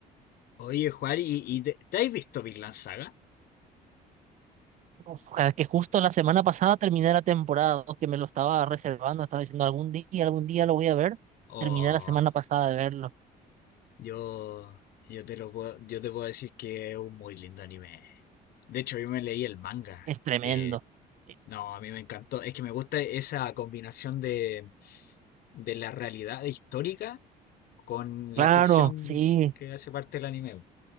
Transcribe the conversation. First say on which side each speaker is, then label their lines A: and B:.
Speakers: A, on the left; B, on the right.
A: Oye, Juan, ¿y, y te, te has visto Vinland Saga?
B: ojalá que justo la semana pasada terminé la temporada, ¿no? que me lo estaba reservando, estaba diciendo algún día, algún día lo voy a ver.
A: Oh,
B: Terminé la semana pasada de verlo.
A: yo, yo te lo puedo, yo te puedo decir que es un muy lindo anime. De hecho, yo me leí el manga.
B: Es tremendo.
A: Eh,
B: Eh,
A: no, a mí me encantó. Es que me gusta esa combinación de, de la realidad histórica con
B: Claro,
A: la ficción
B: sí.
A: que hace parte del anime.